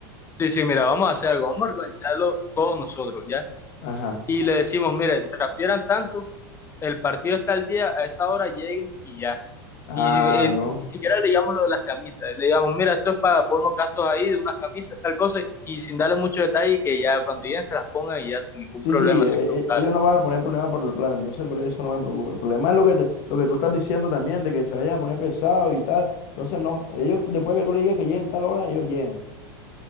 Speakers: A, on the left; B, on the left.
A: Sí, sí, mira, vamos a hacer algo, vamos a organizarlo todos nosotros, ¿ya?
B: Ajá.
A: Y le decimos, miren, transfieran tanto, el partido está al día, a esta hora lleguen y ya.
B: Claro.
A: Y eh, ni siquiera le llamamos lo de las camisas. Le digamos, mira, esto es para poner unos gastos ahí de unas camisas, tal cosa, y sin darle mucho detalle, que ya cuando lleguen se las pongan y ya sin ningún
B: Sí,
A: problema,
B: sí, e-
A: sin preguntarle.
B: e- ellos no van a poner problema por la plata, entonces por eso no me preocupa. El problema es lo que, te- lo que tú estás diciendo también, de que se vayan a poner pesados y tal. Entonces, no, ellos, después que tú le digas que lleguen tal hora, ellos llegan.